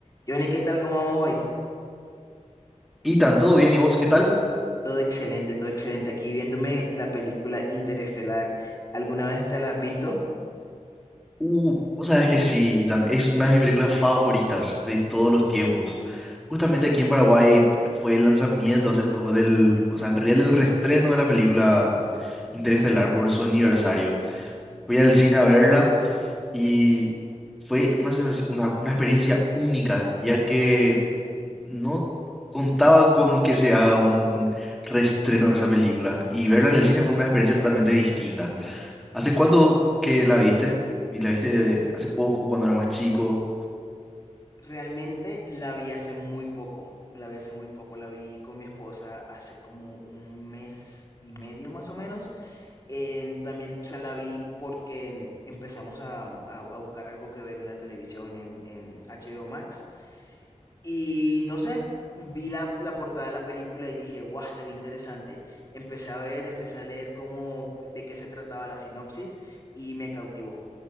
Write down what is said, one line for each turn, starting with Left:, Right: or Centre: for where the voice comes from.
Left: Johnny, ¿qué tal? ¿Cómo vamos hoy?
Centre: Ethan, ¿todo bien? ¿Y vos qué tal?
Left: Todo excelente, todo excelente. Aquí viéndome la película Interestelar. ¿Alguna vez te la has visto?
Centre: Uh, vos sabés que sí, Ethan, es una de mis películas favoritas de todos los tiempos. Justamente aquí en Paraguay fue el lanzamiento hace poco del, o sea, en realidad del reestreno de la película Interestelar por su aniversario. Fui al cine a verla y fue una sensación, o sea, una experiencia única, ya que no contaba con que se haga un reestreno de esa película y verla en el cine fue una experiencia totalmente distinta. ¿Hace cuánto que la viste? Y la viste hace poco, cuando era más chico,
Left: Realmente la vi hace muy poco. La vi hace muy poco. La vi con mi esposa hace como un mes y medio más o menos. En- también se la vi porque en- empezamos a, a- a buscar algo que ver en la televisión, en, en HBO Max. Y no sé, vi la, la portada de la película y dije, guau, se ve interesante. Empecé a ver, empecé a leer cómo, de qué se trataba la sinopsis y me cautivó.